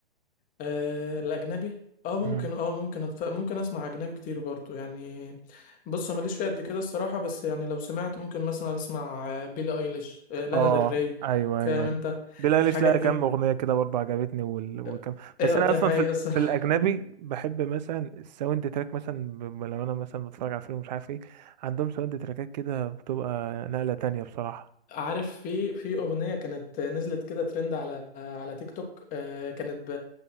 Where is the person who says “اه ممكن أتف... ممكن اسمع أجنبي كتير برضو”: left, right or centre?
Left